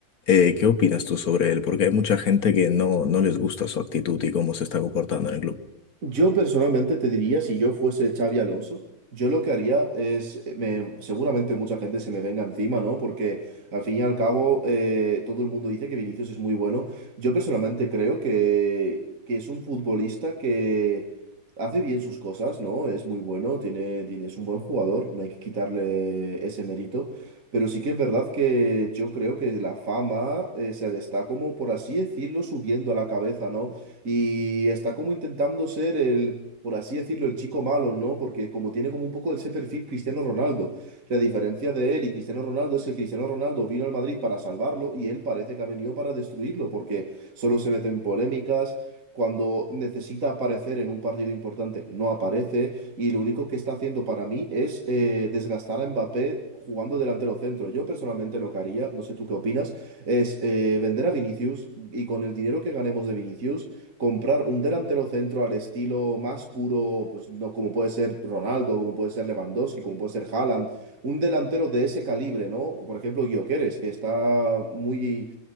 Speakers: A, on the left; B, on the right.
A: eh, ¿qué opinas tú sobre él? Porque hay mucha gente que no, no les gusta su actitud y cómo se está comportando en el club.
B: Yo personalmente te diría, si yo fuese Xavi Alonso, yo lo que haría es, eh, me, seguramente mucha gente se me venga encima, ¿no? Porque al fin y al cabo eh, todo el mundo dice que Vinicius es muy bueno. Yo personalmente creo que, que es un futbolista que hace bien sus cosas, ¿no? Es muy bueno, tiene, tiene, es un buen jugador, no hay que quitarle ese mérito. Pero sí que es verdad que yo creo que la fama eh, se le está como, por así decirlo, subiendo a la cabeza, ¿no? Y está como intentando ser el, por así decirlo, el chico malo, ¿no? Porque como tiene como un poco ese perfil Cristiano Ronaldo. La diferencia de él y Cristiano Ronaldo es que Cristiano Ronaldo vino al Madrid para salvarlo y él parece que ha venido para destruirlo, porque solo se mete en polémicas. Cuando necesita aparecer en un partido importante, no aparece. Y lo único que está haciendo para mí es eh, desgastar a Mbappé jugando delantero centro. Yo personalmente lo que haría, no sé tú qué opinas, es eh, vender a Vinicius y con el dinero que ganemos de Vinicius comprar un delantero centro al estilo más puro, pues no como puede ser Ronaldo, como puede ser Lewandowski, como puede ser Haaland, un delantero de ese calibre, ¿no? Por ejemplo, Gyökeres, que está muy